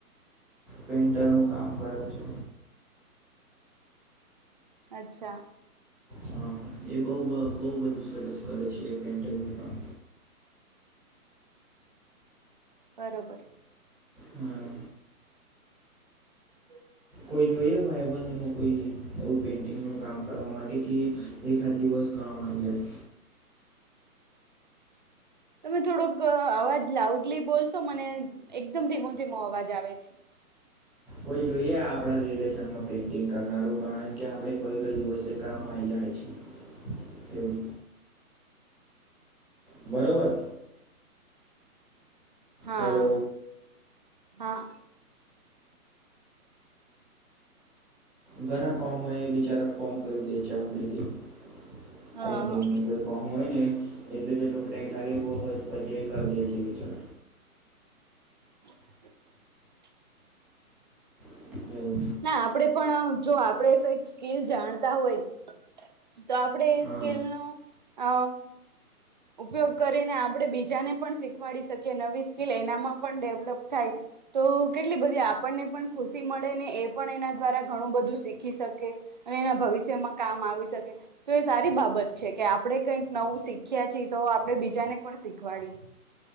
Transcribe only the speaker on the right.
અચ્છા.
બરોબર.
<inaudible>
તમે થોડુક અવાજ લાઉડલી બોલશો મને એકદમ ધીમો ધીમો અવાજ આવે છે. <inaudible>
<inaudible>
હા,
હા.
હા
<inaudible>
ના આપડે પણ જો આપડે કઈક સ્કીલ જાણતા હોય. તો આપણેે એ
સ્કીલ નુ અ ઉપયોગ કરીને આપણેે બીજાને પણ શીખવાડી શકીએ નવી સ્કીિલ એનામાં પણ ડેવલપ થાય. તો કેટલી બધી આપણને પણ ખુશી મળે ને એ પણ એના દ્વારા ઘણું બધું શીખી શકે. અને એના ભવિષ્યમાં કામ આવી શકે, તો એ સારી બાબત છે કે આપડણે કંઈક નવું શીખ શીખ્યા છી તો આપડે બીજાને પણ શીખવાડીયે.